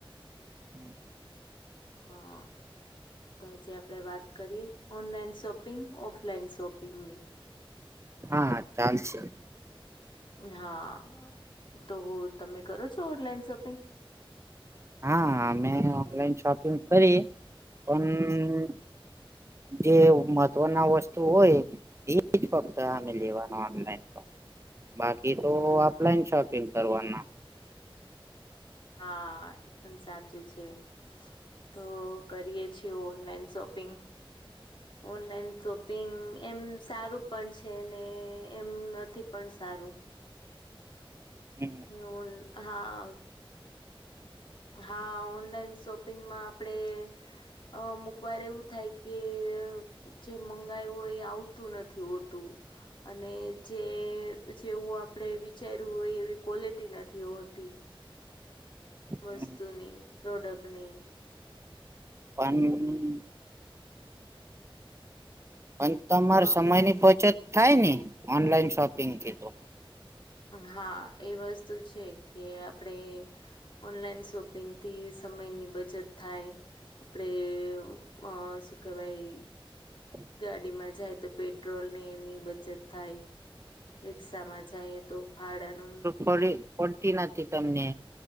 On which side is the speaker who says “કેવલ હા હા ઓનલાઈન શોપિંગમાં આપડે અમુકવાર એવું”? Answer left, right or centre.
Left